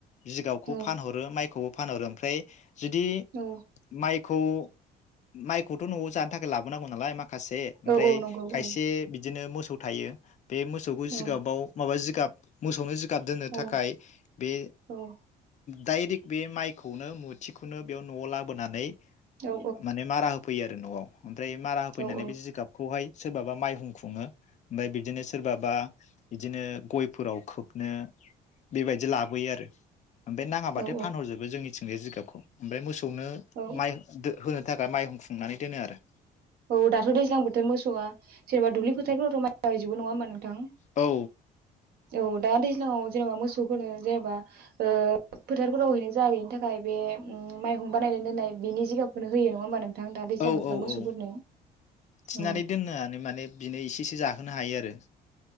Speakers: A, on the left; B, on the right.
A: जिगावखौ
B: औ
A: फानहरो माइखौबो फानहरो ओमफ्राय जुदि
B: औ
A: माइखौ माइ खौथ नआव जानो थाखाय लाबोनांगौ नालाय मा माखासे ओमफ्राय
B: औ औ नंगौ
A: खायसे
B: औ
A: बि बिदिनो मोसौ थायो। बे मोसौखौ जिगाबाव
B: औ
A: माबा जिगाब मोसौनो गाब दोननो
B: औ
A: थाखाय बे
B: औ
A: दाइरेक्ट बे माइखौनो मुथिखौनो बेयाव न'आव लाबोनानै
B: औ
A: माने मारा फैयो आरो न'आव ओमफ्राय मारा होफैनानै
B: औ
A: बे जिगाबखौहाय सोरबाबा माइहुं खुङो ओमफाय बिदिनो सोरबाबा बिदिनो गयफोराव खोबनो बेबायदि लाबोयो आरो ओमफ्राय नाङाबाथाय
B: औ
A: फानहरजोबो जोंनि सोंग्रा जिगाबखौ ओमफाय मोस खौनो
B: औ
A: माय दो होन नो थाखाय माइहुं हुंनानै दोनो आरो।
B: औ दाथ' दैज्लां बोथोर मोसौआ जेनेबा दुब्लि फोरावथ' माय गायजोबो नङा होमबा नोंथां
A: औ
B: औ दा दैज्लांयाव जेनेबा मोसौफोरनो जेनेबा ओ फोथारफोरावहैनो जाहैयिनि थाखाय बे ओम माइहुं बानायनानै दोननाय बेनि जिगाबखौनो होयो नङा होमबा नों थां दा दैज्लां
A: औ
B: बोथोराव
A: औ
B: मोसौफोरनो
A: औ थिनानै
B: औ
A: दोननानै माने बिनो एसे इसे जाहोनो हायो रो